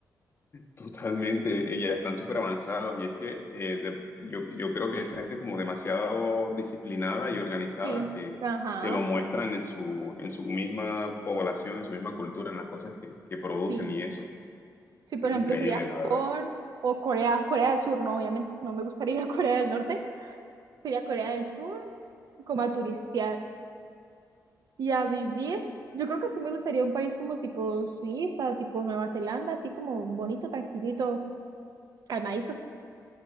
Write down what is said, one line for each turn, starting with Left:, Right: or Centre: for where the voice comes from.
Left: Totalmente, eh, ya están súper avanzados y es que eh, de- yo, yo creo que esa gente es como demasiado disciplinada y organizada
Right: Sí,
Left: que,
Right: ajá,
Left: que lo muestran en su, en su misma población, en su misma cultura, en las cosas que, que producen
Right: sí.
Left: y eso.
Right: Sí, por
Left: Es
Right: ejemplo,
Left: increíble,
Right: sería
Left: la
Right: Japón
Left: verdad.
Right: o Corea, Corea del Sur, no, obviamente, no me gustaría ir a Corea del Norte, sería Corea del Sur como a turistear. Y a vivir, yo creo que sí me gustaría un país como tipo Suiza, tipo Nueva Zelanda, así como bonito, tranquilito, calmadito.